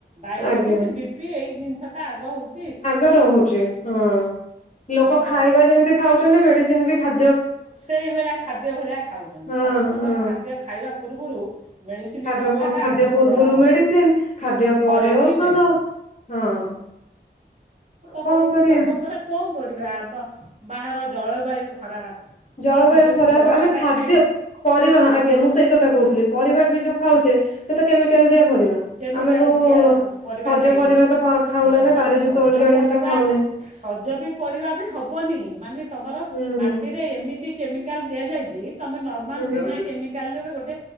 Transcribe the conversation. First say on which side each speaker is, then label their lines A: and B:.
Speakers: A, on the right; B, on the left.
A: ଡାଇବେଟିସ୍,
B: ଆଜ୍ଞା
A: ବି ପି ଏଇ ଜିନିଷ ଟ ଆଗ ହଉଛି
B: ଆଗ ରହୁଛି ହଁ,
A: ତେଣୁ
B: ଲୋକ ଖାଇବା ଯେମତି ଖାଉଛନ୍ତି ମେଡିସିନ ବି ଖା
A: ସେଇଭଳିଆ ଖାଦ୍ୟ ଭଳିଆ ଖାଉଛନ୍ତି
B: ହଁ
A: ସମସ୍ତଙ୍କ
B: ହଁ।
A: ଖାଦ୍ୟ ଖାଇବା ପୂର୍ବରୁ ମେଡ଼ିସିନ
B: ଖାଇବା
A: ଡବାଟା
B: ଖାଦ୍ୟ
A: ଆଗ
B: ପୂର୍ବରୁ
A: ଉୁଣ୍ଡଳା ହେଉଛି।
B: ମେଡିସିନ ଖାଦ୍ୟ
A: ପରେ
B: ଔଷଧ
A: ବି ମେଡ଼ିସିନ
B: ହଁ।
A: ତ
B: କଣ
A: ହେଉଛି
B: କରିବା
A: ଲୋକଙ୍କର କଣ କରିବା ଆମ ବାହାର ଜଳବାୟୁ ଖରାପ
B: ଜଳବାୟୁ
A: ଆମେ ଯେଉଁ
B: ଖରାପ
A: ପରିବାଟା
B: ଆମେ ଖାଦ୍ୟ
A: ଖାଇ
B: ପରିବା ଆଜ୍ଞା ମୁଁ ସେଇ କଥା କହୁଥିଲି ପରିବା ବି ଯୋଉ ଖାଉଛେ ସେ ତ କେମିକାଲ ଦିଆ ପରିବା।
A: କେମିକାଲ
B: ଆମେ କଉ
A: ଦିଆ ପରିବା
B: ସଜ
A: ଖାଇଲେ
B: ପରିବା ତ ପା ଖାଉନେ
A: ହଁ
B: ନା।
A: ଯେଉଁ
B: ବାରିରୁ
A: ସଜ
B: ତୋଳି ଆଣିକି
A: ପରିବା
B: ତ ଖାଉନେ।
A: ସଜ ବି ପରିବା ବି ହେବନି ମାନେ ତୁମର
B: ହୁଁ
A: ମାଟିରେ ଏମିତି କେମିକାଲ ଦିଆଯାଇଚି ତମେ ନର୍ମାଲ
B: ହୁଁ ହୁଁ
A: ବିନା କେମିକାଲରେ ଗୋଟେ